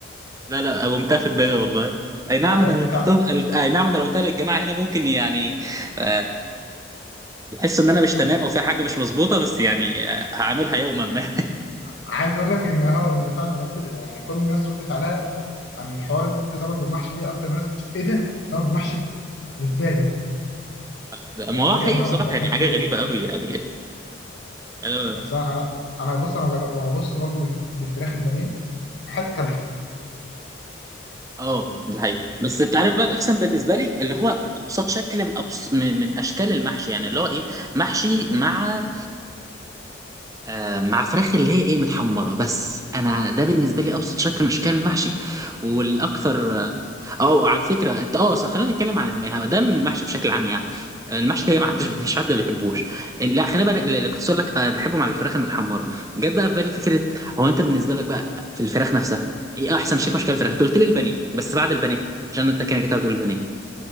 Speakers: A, on the right; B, on the left.
A: لا لا قومتها في دماغي والله اي نعم
B: والله
A: انا
B: انت
A: لو قلتهم
B: تع...
A: اي نعم انا لو قلتها للجماعه هنا ممكن يعني آه، بحس ان انا مش تمام او في حاجه مش مظبوطه بس يعني آه، هعملها يوما ما
B: عايز اقول لك ان هو ان فعلا رد يعني كل الناس رد فعلها عن الحوار السمك بالمحشي دي اكتر ناس ايه ده سمك بالمحشي ازاي ده
A: <laughs>
B: يعني
A: ما
B: في
A: هو
B: يا
A: حقيقي
B: جماعه
A: بصراحه
B: واحنا بناكله
A: يعني حاجه غريبه
B: ايه
A: قوي يعني انا
B: بس انا انا انا بص انا جر... وبص برضو بالفراخ البانيه في حته تالته
A: اه ده حقيقي بس انت عارف بقى الاحسن بالنسبه لي اللي هو ابسط شكل من أبس... من من اشكال المحشي يعني اللي هو ايه محشي مع آه، مع فراخ اللي هي ايه متحمره بس انا ده بالنسبه لي ابسط شكل من اشكال المحشي والاكثر اه أو على فكره إنت- اه صح، خلينا نتكلم عن الم- ده من المحشي بشكل عام يعني المحشي هي ما حدش مفيش حد ما بيحبوش لا خلينا بقى اللي كنت اقول لك آه، بحبه مع الفراخ المتحمره جت بقى في بالي فكره هو انت بالنسبه لك بقى في الفراخ نفسها ايه احسن شكل من اشكال الفراخ أنت قلت لي البانيه بس بعد البانيه عشان انت كده كده هتقول البانيه